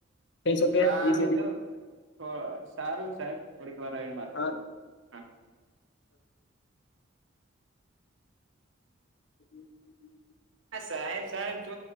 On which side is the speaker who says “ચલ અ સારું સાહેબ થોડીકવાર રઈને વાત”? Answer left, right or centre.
Right